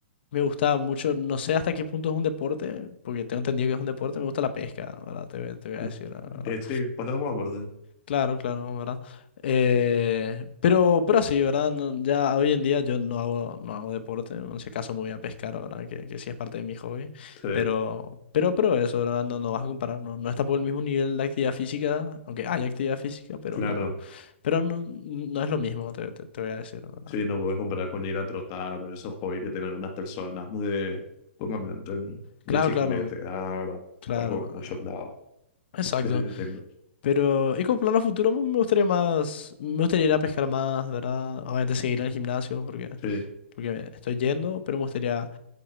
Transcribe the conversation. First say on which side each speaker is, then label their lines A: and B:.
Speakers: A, on the left (about 50°); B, on the left (about 30°).
A: me gustaba mucho, no sé hasta qué punto es un deporte, porque tengo entendido que es un deporte, me gusta la pesca, ¿verdad? Te, voy te voy
B: <laughs>
A: a decir, la ¿verdad?
B: Eh, Sí, cuando jugaba, ¿verdad?
A: Claro, claro, ¿verdad? Eh, pero, pero así, ¿verdad? No- ya hoy en día yo no hago, no hago deporte, en ese caso me voy a pescar, ¿verdad? Que, que sí es parte de mi hobby,
B: Sí,
A: pero, pero, pero eso, ¿verdad? No, no vas a comparar, no, no está por el mismo nivel de actividad física, aunque hay actividad física, pero
B: claro.
A: no, pero no, no es lo mismo, te, te te voy a decir, ¿verdad?
B: Sí, no puedes comparar con ir a trotar, esos hobbies que tienen unas personas muy de, ¿cómo hablan? de bicicleta,
A: Claro, claro.
B: ah,
A: Claro,
B: algo mucho lado.
A: exacto.
B: Sí, tengo.
A: Pero, y con plan a futuro me me gustaría más, me gustaría ir a pescar más, ¿verdad? Obviamente seguir en el gimnasio porque,
B: Sí,
A: porque estoy yendo, pero me gustaría,